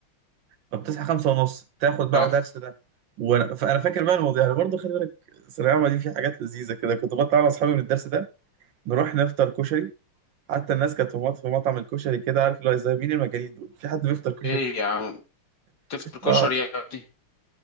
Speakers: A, on the right; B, on the left.
A: فبتصحى خمسة ونص تاخد بقى
B: صح
A: درس ده وانا فانا فاكر بقى الموضوع يعني برضه خلي بالك الثانويه العامه دي في حاجات لذيذه كده كنت بطلع انا واصحابي من الدرس ده نروح نفطر كشري حتى الناس كانت في مط- في مطعم الكشري كده عارف اللي هو زي مين المجانين دول في حد بيفطر كشري
B: ايه يا عم تفطر كشري
A: اه
B: يا ابني